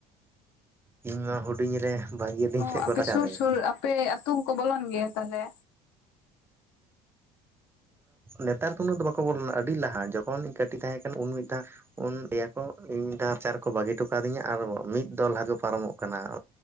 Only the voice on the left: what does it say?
ᱚ
ᱟᱯᱮ
ᱥᱩᱨ ᱥᱩᱨ ᱟᱯᱮ ᱟᱛᱳ ᱦᱚᱠᱚ ᱵᱚᱞᱚᱱ ᱜᱮᱭᱟ ᱛᱟᱦᱚᱞᱮ᱾